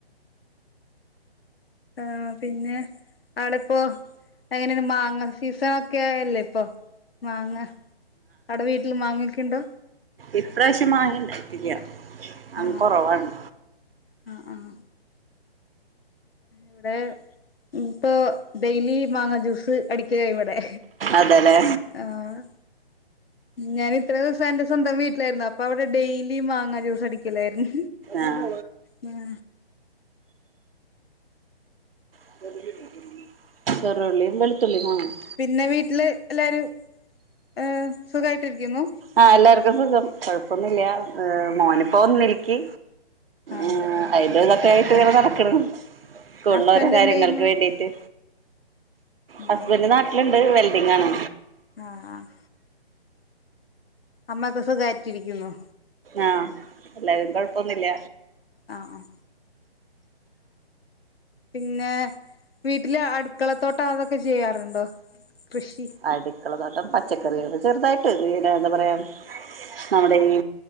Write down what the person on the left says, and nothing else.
ആഹ് പിന്നെ അവിടിപ്പോ എങ്ങനേണ് മാങ്ങ സീസണൊക്കെ അല്ലേ ഇപ്പൊ മാങ്ങ അടെ വീട്ടിൽ മാങ്ങക്ക്ണ്ടോ
ആഹ്
ആഹ് ആഹ് ഇവിടെ ഇപ്പൊ ഡെയ്ലി മാങ്ങാ ജ്യൂസ് അടിക്കല ഇവിടെ
ആഹ് ഞാൻ ഇത്ര ദിസോം എന്റെ സ്വന്തം വീട്ടിലായിരുന്നു അപ്പൊ അവിടെ ഡെയിലി മാങ്ങാ ജ്യൂസ് അടിക്കലായിരുന്നു
ഉം
പിന്നെ വീട്ടില് എല്ലാരും എം സുഖമായിട്ടിരിക്കുന്നു
ആഹ്
ഹസ്ബൻഡ്
എന്ത് ചെയ്യുന്നു
ആഹ്
ആഹ് ആഹ് അമ്മപ്പം സുഖയ്റ്റിരിക്കുന്നു
ആഹ് പിന്നെ വീട്ടില് അടുക്കളത്തോട്ട അതൊക്കെ ചെയ്യാറുണ്ടോ കൃഷ്